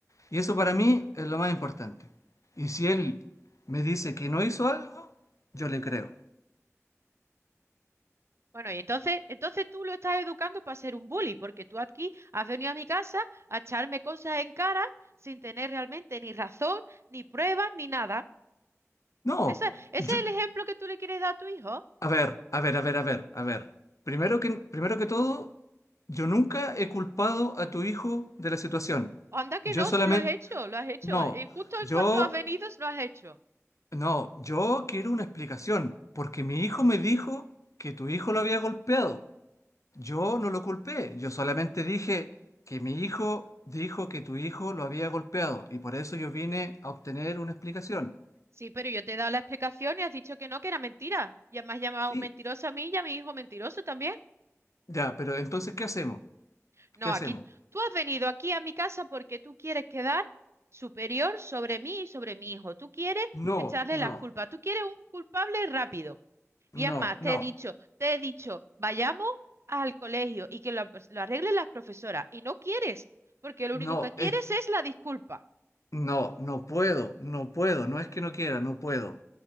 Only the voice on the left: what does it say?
Y eso para mí es lo más importante. Y si él me dice que no hizo algo, yo le creo.
No,
yo,
a ver, a ver, a ver, a ver, a ver. Primero que, primero que todo, yo nunca he culpado a tu hijo de la situación.
Yo
solamente,
no,
yo
No, yo quiero una explicación, porque mi hijo me dijo que tu hijo lo había golpeado. Yo no lo culpé, yo solamente dije que mi hijo dijo que tu hijo lo había golpeado y por eso yo vine a obtener una explicación.
Sí,
ya, pero entonces, ¿qué hacemos?
¿Qué hacemos?
No,
no,
no,
no,
no,
eh,
no, no puedo, no puedo, no es que no quiera, no puedo.